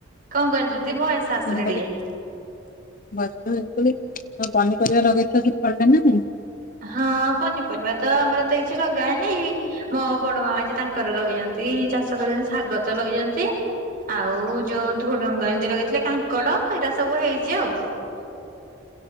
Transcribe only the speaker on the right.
କଣ କହିଲ ଯେ ଭଏସ୍ ଆସୁନି
ଟିକେ।
ହଁ ପନିପରିବା ତ ଆମର ତ କିଛି ଲଗାଏନି ମୋ ବଡ ମାମା ତାଙ୍କ ଲଗେଇଛନ୍ତି ଚାଷ କରିଛନ୍ତି। ଶାଗ ତ ଲଗେଇଛନ୍ତି ଆଉ ଯୋଉ ଧୋଡ଼ଙ୍ଗ ଏମତି ଲଗେଇ ହେଲେ କାଙ୍କଡ ଏଇଟା ସବୁ ହେଇଛି ଆଉ।